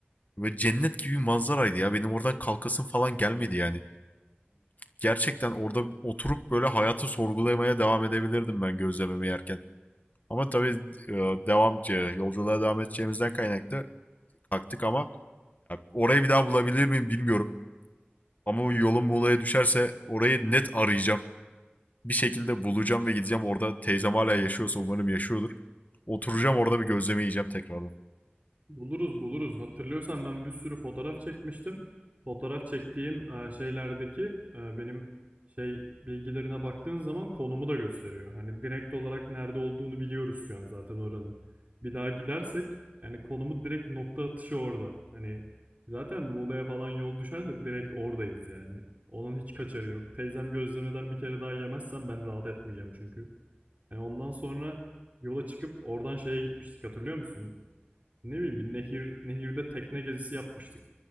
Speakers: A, on the left; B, on the right.
A: Böyle cennet gibi bir manzaraydı ya. Benim oradan kalkasım falan gelmedi yani. Gerçekten orada oturup böyle hayatı sorgulamaya devam edebilirdim ben gözlememi yerken. Ama tabii e, devam e, yolculuğa devam edeceğimizden kaynaklı kalktık ama ya, orayı bir daha bulabilir miyim bilmiyorum. Ama o yolum Muğla'ya düşerse orayı net arayacağım. Bir şekilde bulacağım ve gideceğim orada. Teyzem hala yaşıyorsa umarım yaşıyordur. Oturacağım orada bir gözleme yiyeceğim tekrardan.
B: Buluruz buluruz. Hatırlıyorsan ben bir sürü fotoğraf çekmiştim. Fotoğraf çektiğim e, şeylerdeki e, benim şey bilgilerine baktığın zaman konumu da gösteriyor. Hani direkt olarak nerede olduğunu biliyoruz şu an zaten oranın. Bir daha gidersek yani konumu direkt nokta atışı orada. Hani zaten Muğla'ya falan yol düşerse direkt oradayız yani. Onun hiç kaçarı yok. Teyzem gözlemeden bir kere daha yemezsem ben rahat etmeyeceğim çünkü. Yani ondan sonra yola çıkıp oradan şeye gitmiştik hatırlıyor musun? Ne bileyim bir nehir nehirde tekne gezisi yapmıştık.